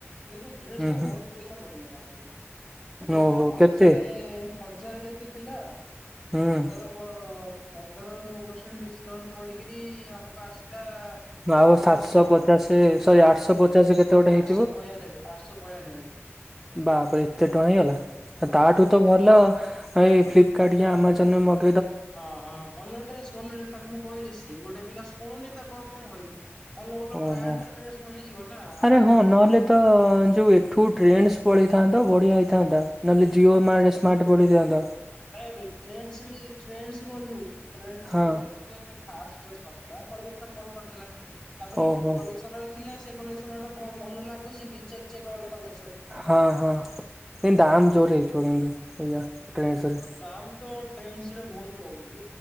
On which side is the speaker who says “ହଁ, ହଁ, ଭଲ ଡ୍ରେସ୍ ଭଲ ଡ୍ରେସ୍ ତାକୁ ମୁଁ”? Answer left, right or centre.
Left